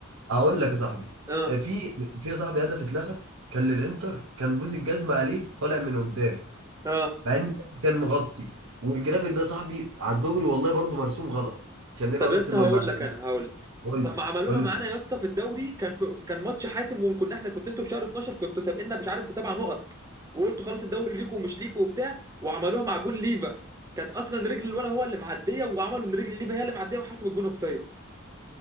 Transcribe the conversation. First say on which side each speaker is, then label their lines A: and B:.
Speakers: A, on the right (about 75°); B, on the right (about 15°).
A: اقول لك يا صاحبي
B: اه
A: في في يا صاحبي هدف اتلغى كان للانتر كان بوز الجزمه عليه طالع من قدام
B: اه
A: مع ان كان مغطي والجرافيك ده يا صاحبي على الدغري والله برضو مرسوم غلط عشان نبقى
B: طب
A: بس
B: يا اسطى
A: ما
B: هقول
A: ما
B: لك انا هقول لك
A: قول
B: طب
A: لي
B: ما عملوها
A: قول لي
B: معانا
A: يا صاحبي.
B: يا اسطى في الدوري كان في كان ماتش حاسم وكنا احنا كنت انتوا في شهر 12 كنتوا سابقنا مش عارف بسبع نقط وقلتوا خلاص الدوري ليكوا ومش ليكوا وبتاع وعملوها مع جون ليفا كانت اصلا رجل الولا هو اللي معديه وعملوا ان رجل ليفا هي اللي معديه وحسب الجون اوفسايد